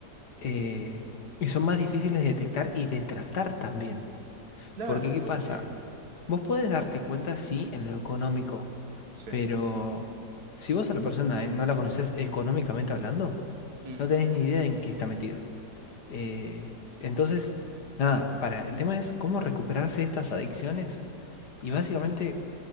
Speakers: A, on the left; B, on the right.
A: eh, y son más difíciles de detectar y de tratar también.
B: claro,
A: Porque, ¿qué
B: porque...
A: pasa? Vos podés darte cuenta, sí, en lo económico.
B: Sí.
A: Pero si vos a la persona eh, no la conocés económicamente hablando,
B: mm,
A: no tenés ni idea en qué está metido. Eh, entonces, nada, para el tema es cómo recuperarse de estas adicciones. Y básicamente,